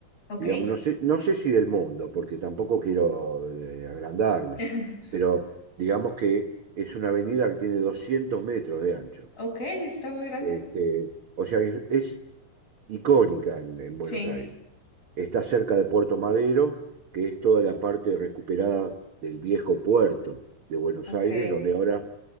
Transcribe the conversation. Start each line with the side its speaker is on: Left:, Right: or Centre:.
Left: ok.
Right: digamos, no sé, no sé si del mundo, porque tampoco quiero eh, agrandarme,
Left: <laughs>
Right: pero digamos que es una avenida que tiene 200 metros de ancho.
Left: Ok, está muy grande.
Right: Este, o sea, es, es icónica en, en Buenos
Left: Sí,
Right: Aires. Está cerca de Puerto Madero, que es toda la parte recuperada del viejo puerto de Buenos
Left: ok.
Right: Aires, donde ahora